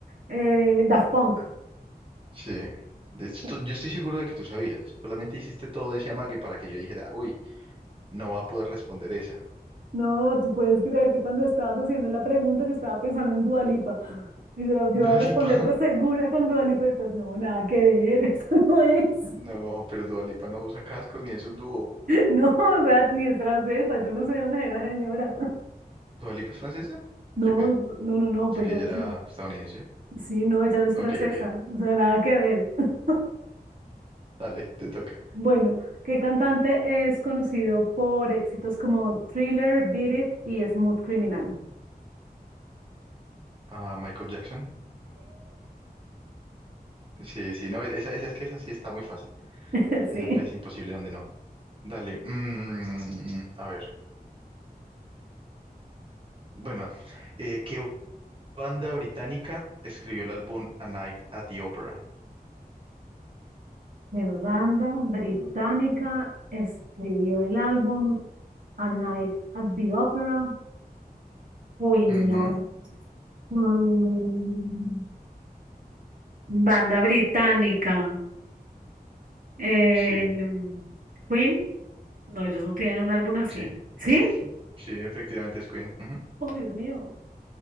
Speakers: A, on the right (about 60°); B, on the right (about 35°).
A: Eh, Daft Punk.
B: Sí. De hecho,
A: <laughs>
B: tú- yo estoy seguro de que tú sabías. Solamente hiciste todo ese amague para que yo dijera, uy, no va a poder responder esa.
A: No, tú puedes creer que cuando estabas haciendo la pregunta yo estaba pensando en Dua Lipa. Y yo, yo
B: <laughs> ¿Dua
A: iba a responder
B: Lipa?
A: re segura con Dua Lipa y después, no, nada que ver, <laughs> eso no es.
B: No, pero Dua Lipa no usa cascos ni es un dúo.
A: No, o sea, ni es francesa, yo no sé de dónde era señora.
B: ¿Dua Lipa es francesa?
A: No,
B: Yo pensé
A: no, no, no, pues
B: que
A: yo
B: ella
A: no
B: era
A: sé.
B: estadounidense.
A: Sí, no, ella no es francesa,
B: Ok, ok.
A: o sea, nada que ver. <laughs>
B: Dale, te toca.
A: Bueno, ¿qué cantante es conocido por éxitos como Thriller, Beat It y Smooth Criminal?
B: Ah, Michael Jackson. Sí, sí, no, esa, esa es que esa sí está muy fácil.
A: <laughs>
B: Esa
A: Sí.
B: pues es imposible donde no. Dale, mm, a ver. Bueno, eh, ¿qué banda británica escribió el álbum A Night at the Opera?
A: ¿Qué banda británica escribió el álbum A Night at the Opera? Uy, no.
B: Ujú,
A: Mm, Banda británica. Eh,
B: Sí,
A: Queen. No, ellos no tienen un álbum así.
B: sí,
A: ¿Sí?
B: sí, sí, efectivamente es Queen. ujú.
A: Oh, Dios mío.